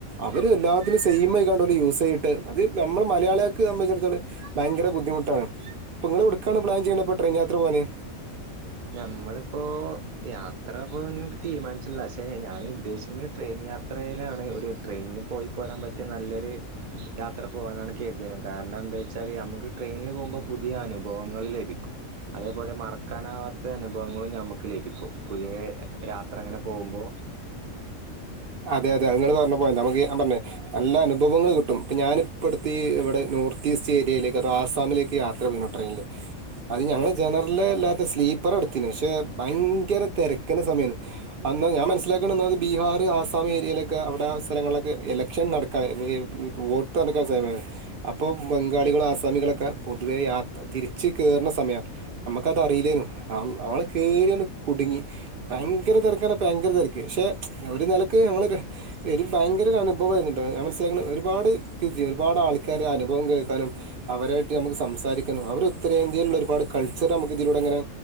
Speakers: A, on the right (about 50°); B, on the right (about 80°).
A: അവര് എല്ലാത്തിനും സെയിം ആയി കണ്ട യൂസ് ചെയട്ട് അത് നമ്മള് മലയാളികക്ക് സംബന്ധിച്ചടത്തോളം ഭയങ്കര ബുദ്ധിമുട്ടാണ് അപ്പൊ ഇങ്ങളെവിടുക്കാണ് പ്ലാൻ ചെയ്യേന്നപ്പോ ട്രെയിൻ യാത്ര പോകാന്
B: നമ്മളിപ്പോ യാത്രപ്പങ്ങട്ട് തീരുമാനിച്ചിട്ടില്ല പക്ഷെ ഞാൻ ഉദ്ദേശിക്കുന്നത് ട്രെയിൻ യാത്രയിലാണ് ഒരു ട്രെയിനിൽ പോയി പോരാൻ പറ്റിയ നല്ലൊരു യാത്ര പോകാനാണ് കേരുതിയ കാരണം എന്താ വെച്ചാല് നമ്മുക്ക് ട്രെയിനിൽ പോകുമ്പോൾ പുതിയ അനുഭവങ്ങൾ ലഭിക്കും അതേപോലെ മറക്കാനാവാ ത്തെ അനുഭവങ്ങളും ഞമ്മുക്ക് ലഭിക്കും പു പുതിയ യാത്ര അങ്ങനെ പോകുമ്പോ
A: അതെ അതെ അതിങ്ങള് പറഞ്ഞ പോയിൻ്റാ നമുക്ക് ഞാ പറഞ് നല്ല അനുഭവങ്ങൾ കിട്ടും, ഇപ്പൊ ഞാനിപ്പടുത്തെ ഈ ഇവിടെ നോർത്ത് ഈസ്റ്റ് ഏരിയയിലേക്ക് അത ആസാമിലേക്ക് യാത്ര പോയിരുന്നു ട്രെയിനിൽ അത് ഞങ്ങള് ജനറൽ അല്ലാത്ത സ്ലീപ്പർ എടുത്തീന് പക്ഷെ ഭയങ്കര തിരക്കിന്റെ സമയമാണ് എന്നാ ഞാൻ മനസ്സിലാക്കീണ്ടത് ബീഹാർ ആ ആസാമി ഏരിയയിലൊക്കെ അവിടെ സ്ഥലങ്ങളിലൊക്കെ ഇലക്ഷൻ നടക്കാ വേ വേ വോട്ട് നടക്കാൻ സമയ അപ്പോ ബംഗാളികളും ആസാമികളൊക്കെ പൊതുവേ യാത്ര തിരിച്ചു കയറുന്ന സമയമാണ് നമുക്കത് അറിയില്ലേന് നമ്മള് കേറിയതു കുടുങ്ങി ഭയങ്കര തിരക്കാണ് ഭയങ്കര തിരക്ക് പക്ഷെ ഒരു നില ക്ക് ഞങ്ങള്കെ എനി ഭയങ്കര ഒരു അനുഭവമായിരുന്നുട്ടാ ഞാൻ മനസിലാകുന്ന ഒരുപാട് കിസി ഒരുപാട് ആൾക്കാരെ അനുഭവം കേൾക്കാനും അവരായിട്ട് നമുക്ക് സംസാരിക്കാനും അവര് ഉത്തരേന്ത്യയിലുള്ള ഒരുപാട് കൾച്ചർ നമുക്ക് ഇതിലൂടെങ്ങനെ